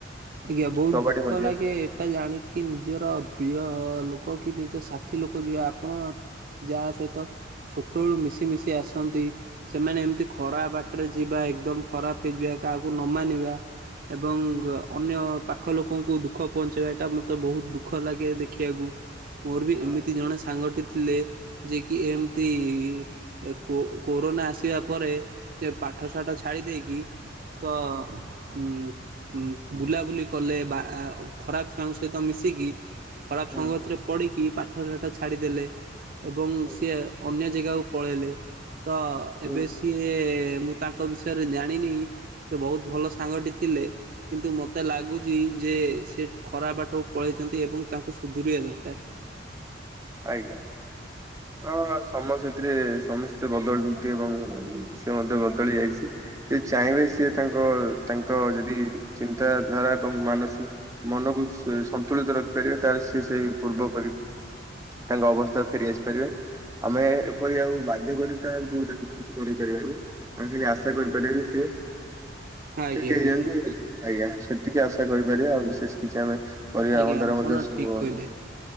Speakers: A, on the right; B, on the right.
A: ଆଜ୍ଞା ବହୁତ
B: କବାଡି
A: ଦୁଃଖ
B: ମଧ୍ୟ
A: ଲାଗେ ଏଟା ଜାଣି କି ନିଜର ପ୍ରିୟ ଲୋକ କି ନିଜ ସାଥି ଲୋକ ଯିବେ ଆପଣ ଯାହା ସହିତ ଛୋଟବେଳୁ ମିଶିମିଶି ଆସନ୍ତି ସେମାନେ ଏମିତି ଖରାପ ବାଟରେ ଯିବା ଏକଦମ୍ ଖରାପ ହେଇଯିବା କାହାକୁ ନ ମାନିବା ଏବଂ ଅନ୍ୟ ପାଖ ଲୋକଙ୍କୁ ଦୁଃଖ ପହଞ୍ଚେଇବା ଏଟା ମୋତେ ବହୁତ ଦୁଃଖ ଲାଗେ ଦେଖିବାକୁ। ମୋର ବି
B: ହୁଁ
A: ଏମିତି ଜଣେ ସାଙ୍ଗଟି ଥିଲେ ଯିଏ କି ଏମିତି ଏ କୋ କୋରୋନା ଆସିବା ପରେ ଏ ପାଠ ଶାଠ ଛାଡ଼ି ଦେଇକି ତ
B: ହୁଁ
A: ଉଁ ବୁଲାବୁଲି କଲେ ବା ଖରାପ ଛୁଆଙ୍କ ସହିତ ମିଶିକି ଖରାପ
B: ହୁଁ
A: ସଙ୍ଗତ ରେ ପଢ଼ିକି ପାଠ ସାଠ ଛାଡ଼ିଦେଲେ ଏବଂ
B: ହୁଁ
A: ସିଏ ଅନ୍ୟ ଜେଗାକୁ ପଳେଇଲେ ତ
B: ହୁଁ
A: ଏବେ ସିଏ ମୁଁ ତାଙ୍କ ବିଷୟରେ ଜାଣିନି ସେ ବହୁତ ଭଲ ସାଙ୍ଗଟି ଥିଲେ। କିନ୍ତୁ ମୋତେ ଲାଗୁଛି ଯେ ସେ ଖରାପ ବାଟକୁ ପଳେଇଛନ୍ତି ଏବଂ ତାଙ୍କୁ ସୁଧୁରିବା ଦରକାର।
B: ଆଜ୍ଞା ହଁ ସମୟ ସେଥିରେ ସମସ୍ତେ ବଦଳନ୍ତି ଏବଂ ସେ ମଧ୍ୟ ବଦଳି ଯାଇଛିି‌ି ଚାହିଁବେ ସିଏ ତାଙ୍କ ତାଙ୍କ ଯଦି ଚିନ୍ତାଧାରା ଏବଂ ମାନସିକ ମନକୁ ସନ୍ତୁଳିତ ରଖିପାରିବେ ତାହେଲେ ସିଏ ସେଇ ପୂର୍ବପରି ତାଙ୍କ ଅବସ୍ଥା ଫେରି ଆସିପାରିବେ। ଆମେ ଏପରି ଆଉ ବାଧ୍ୟ କରି ତାଙ୍କୁ ତାକୁ କିଛି କରିପାରିବାନି। ଆଉ ଖଳୀ ଆଶା କରିପାରିବା ଯେ ସେ
A: ଆଜ୍ଞା
B: ଠିକ୍ ହେଇଯାଆନ୍ତୁ
A: ଆଜ୍ଞା
B: ଆଜ୍ଞା ସେତିକି ଆଶା କରିପାରିବା ଆଉ ବିଶେଷ କିଛି ଆମେ ପରିବା
A: ଆଜ୍ଞା
B: ମନ୍ଦରେ
A: ଆପଣ
B: ମଧ୍ୟ ସବୁ
A: ଠିକ
B: ଗଲାଣି
A: କହିଲେ।